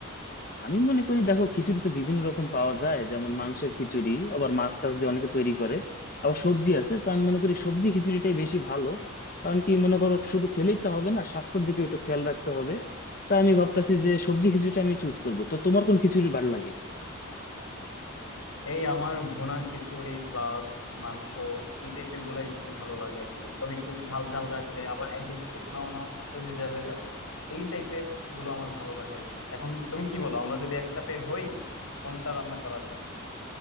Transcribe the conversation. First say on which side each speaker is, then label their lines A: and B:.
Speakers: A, on the left; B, on the left.
A: আমি মনে করি দেখো খিচুড়ি তো বিভিন্ন রকম পাওয়া যায় যেমন মাংসের খিচুড়ি আবার মাছ টাছ দিয়ে অনেকে তৈরি করে আবার সবজি আছে তো আমি মনে করি সবজি খিচুড়িটাই বেশি ভালো কারণ কি মনে করো শুধু খেলেই তো হবে না স্বাস্থ্যের দিকে একটু খেয়াল রাখতে হবে তাই আমি ভাবতেছি যে সবজি খিচুড়িটা আমি চুজ করবো তো তোমার কোন খিচুড়ি ভালো লাগে
B: এই আমার ভুনা খিচুড়ি প্লাস মাংস এই টাইপের গুলা একটু ভালো লাগে আর কি তবে একটু ঝাল ঝাল রাখলে আবার একদম শুকনাও না একটু ভেজা ভেজা এই টাইপের গুলো আমার ভালো লাগে আর কি এখন তুমি কি বলো আমরা যদি একসাথে হই কোনটা রান্না করা যায়